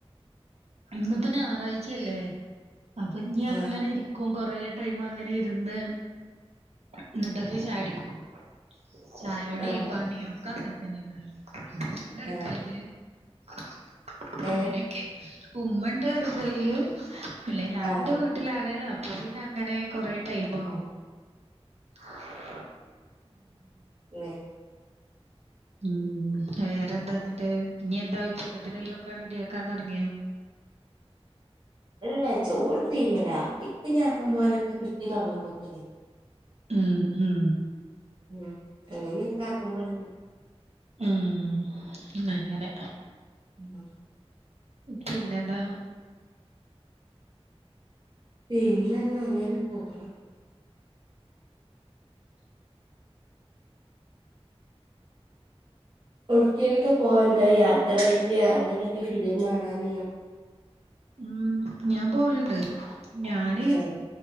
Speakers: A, on the right (about 85°); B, on the right (about 45°).
A: ഇന്ന് പ്പം ഞായറാഴ്ചയല്ലേ. അപ്പൊ ഇഞ്
B: ആഹ്
A: അങ്ങനെ ഇരിക്കും കൊറേ ടൈം അങ്ങനെ ഇരുന്ന് എന്നിട്ടൊക്കെ ചായടിക്കുള്ളൂ. ചായോടിയും
B: ആഹ്
A: പണിയും ഒക്കെ അങ്ങന തന്നെ. പിന്നെ ഇമ്മ ഉണ്ട് അവിടെ അടുക്കളയില്
B: ആഹ്
A: ആ <unintelligible>
B: ഏഹ്
A: അങ്ങനെയൊക്കെ. ഉമ്മണ്ട് അടുക്കളയില് അല്ല ഞാൻന്റെ
B: ആഹ്
A: വീട്ടിലാണ് ഇപ്പം പിന്നെ അങ്ങനെ കൊറെ ടൈം ആവും. ആഹ്
B: ഏഹ്
A: ഉം വേറെന്താ എന്നിട്ട് ഇനി എന്താ ഉച്ചക്കത്തിനേല്ലോം ഒക്കെ റെഡിയാക്കാൻ തൊടങ്ങിയോ
B: അല്ല ചോറ് തീമല. <unintelligible> ഇനി ആകമ്പോലെ കിട്ടി തൊടങ്ങുമ്പോത്തിന്
A: ഉം ഉം
B: ഉം അത് എനിക്ക് ആകൂമ്പോലെണ്.
A: ഉം അങ്ങനെ
B: ഉം
A: പിന്നെന്താ
B: പിന്നെന്ന് അങ്ങനെ പോണ് ഇടുക്കിയിലൊക്കെ പോകാ.. യാത്രയയിട്ട് അങ്ങനെയൊക്കെ ഫിലിം കാണാന്
A: ഉം ഞാൻ പോകലണ്ട്. ഞാന്
B: ഏഹ്